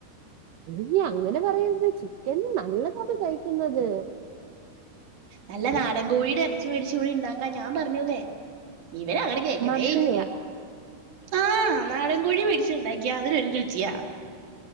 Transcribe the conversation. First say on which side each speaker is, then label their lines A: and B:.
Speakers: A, on the right (about 75°); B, on the right (about 55°).
A: ഇല്ല അങ്ങനെ പറയത് ചിക്കൻ നല്ലതാണ് കഴിക്കുന്നത്
B: നല്ല നാടൻ കോഴിയുടെ ഇറച്ചി മേട ചൂടി ഉണ്ടാക്കാ ഞാൻ പറഞ്ഞുനേ ഈവേ അങ്ങനെ കേക്കണേയില്യ
A: മന്തിയോ
B: ആ നാടൻ കോഴി മേടിച്ചുണ്ടയാ അതിനൊരു രുചിയാ